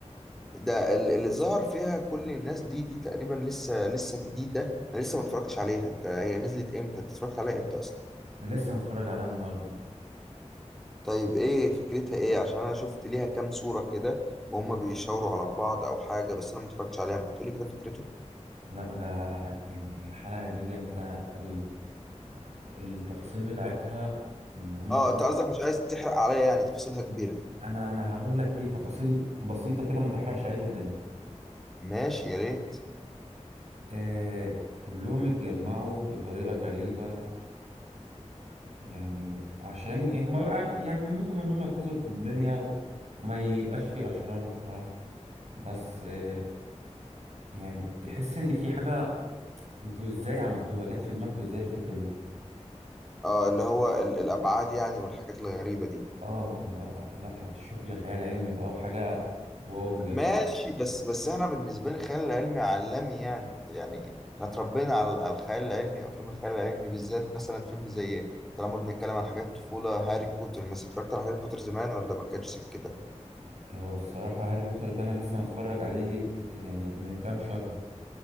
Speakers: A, in the centre; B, on the right.
A: ده ال- اللي ظهر فيها كل الناس دي دي تقريبا لسه لسه جديدة انا لسه ما اتفرجتش عليها انت هي نزلت امتى انت اتفرجت عليها امتى اصلا
B: أنا لسه متفرج عليها النهارده
A: طيب ايه فكرتها ايه عشان انا شفت ليها كام صورة كده وهم بيشاوروا على بعض او حاجة بس انا ما اتفرجتش عليها ما تقولي كده فكرته
B: لا ده يعني الحلقة دي جامدة قوي التفاصيل بتاعتها ان هما
A: اه
B: كل
A: انت قصدك مش عايز تحرق عليا يعني تفاصيلها كبيرة
B: انا انا هقول لك ايه تفاصيل بسيطة كده ما تحرقش عليك الدنيا
A: ماشي يا ريت
B: آه كلهم اتجمعوا بطريقة غريبة يعني عشان يعني هما يعني مهمتهم ان هما ينقذوا الدنيا و... وما يبقاش في اشرار وبتاع بس آه يعني تحس ان في حاجة انتوا ازاي عملتوها جت في دماغكم ازاي الفكرة دي؟
A: اه اللي هو ال- الابعاد يعني والحاجات الغريبه دي
B: اه لا لا الشغل خيال علمي بقى وحاجة واو بجد
A: ماشي بس بس احنا بالنسبه لي الخيال العلمي عالمي يعني يعني احنا اتربينا على على الخيال العلمي وافلام الخيال العلمي بالذات مثلا فيلم زي طالما بنتكلم عن حاجات طفوله هاري بوتر مثلا اتفرجت على هاري بوتر زمان ولا ما كانش كده
B: هو الصراحة هاري بوتر ده أنا لسه متفرج عليه يعني من كام شهر